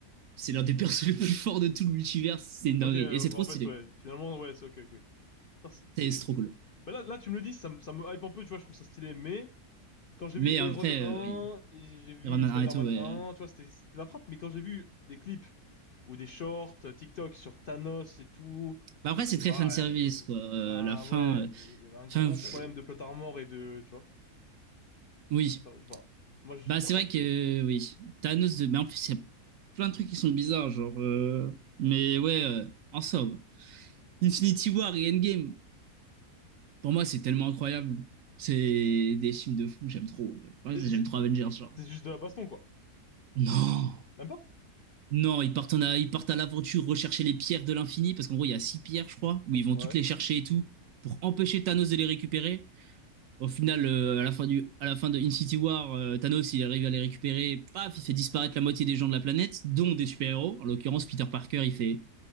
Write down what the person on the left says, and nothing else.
Ok, euh,
en
fait, ouais. Finalement, ouais, c'est ok, ok. Putain, c'est...
c'est-
Bah là, là, tu me le dis, ça, me- ça me hype un peu, tu vois, je trouve ça stylé, mais quand j'ai
vu Iron
1
et j'ai vu
Spider-Man
1, tu vois, c'était c'était la frappe, mais quand j'ai vu des clips ou des shorts euh, TikTok sur Thanos et tout,
je
sais pas,
euh,
il y avait un,
ouais,
il y avait un
gros
problème de plot armor et de, tu vois,
je sais pas, je sais pas. Moi, je suis
pas
fan.
Et
c'est
c'est juste de la baston, quoi.
Même pas?
Ouais.